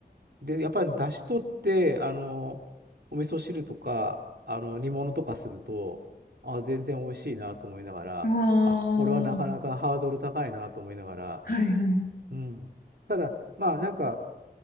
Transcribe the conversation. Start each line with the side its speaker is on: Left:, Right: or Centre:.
Right: で、やっぱり出汁取って、あの、お味噌汁とか、あの、煮物とかすると、あ、全然美味しいなと思いながら、
Left: ああ、
Right: あ、これはなかなかハードル高いなと思いながら、
Left: はいはい。
Right: うん。ただ、まあ、なんか、